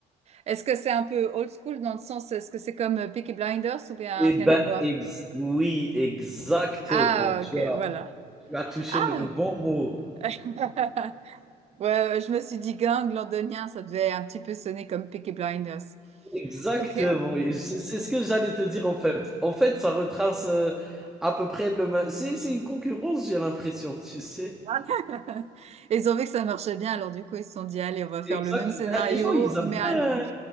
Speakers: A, on the right; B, in the centre.
A: Est-ce que c'est un peu old school dans le sens, est-ce que c'est comme euh, Peaky Blinders ou bien
B: Eh
A: rien
B: ben,
A: à voir?
B: ex oui, exactement.
A: Ah,
B: Tu
A: ok,
B: as
A: voilà.
B: tu as touché
A: Ah,
B: le bon mot.
A: <laughs> ouais, ouais, je me suis dit gang londonien, ça devait un petit peu sonner comme Peaky Blinders.
B: Exactement
A: Ok.
B: et c'est c'est ce que j'allais te dire en fait. En fait, ça retrace, heu, à peu près le mê c'est c'est une concurrence, j'ai l'impression, tu sais?
A: <laughs> Ils ont vu que ça marchait bien, alors du coup, ils se sont dit, allez, on va faire
B: Exact.
A: le même scénario,
B: Ben, les gens, ils aiment
A: mais à
B: bien,
A: Londres.